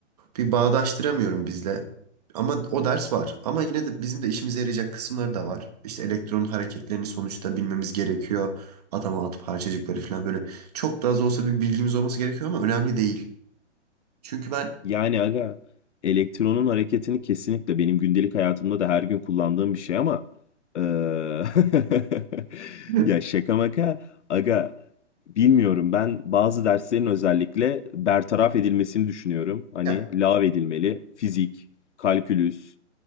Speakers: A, on the right (about 35°); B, on the left (about 75°).
A: bir bağdaştıramıyorum bizle. Ama o ders var. Ama yine de bizim de işimize yarayacak kısımları da var. İşte elektronun hareketlerini sonuçta bilmemiz gerekiyor. Atom atıp parçacıkları falan böyle. Çok da az olsa bir bilgimiz olması gerekiyor ama önemli değil. Çünkü ben
B: Yani aga elektronun hareketini kesinlikle benim gündelik hayatımda da her gün kullandığım bir şey ama eee, <laughs>
A: Değil
B: ya şaka maka aga bilmiyorum ben bazı derslerin özellikle bertaraf edilmesini düşünüyorum. Hani
A: ya
B: lağv edilmeli fizik, kalkülüs